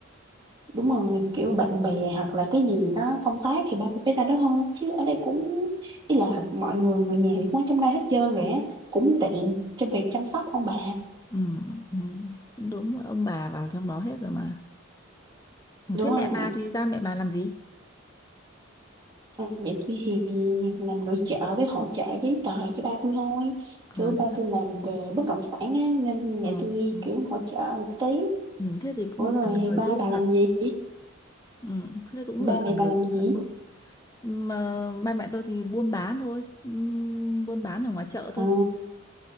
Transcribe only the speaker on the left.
Ừ, ừ, cũng đúng ông bà vào trong đó hết rồi mà. Ừ,
thế mẹ
bà thì ra mẹ bà làm gì?
Ờ,
thế, hả?
ờ,
ừ,
ừ, thế thì
cũng
cần người
giúp
thật.
Ừ, thế cũng
người
cần
người
giúp
thật. Mà ba mẹ tôi thì buôn bán thôi, ừ, buôn bán ở ngoài chợ thôi.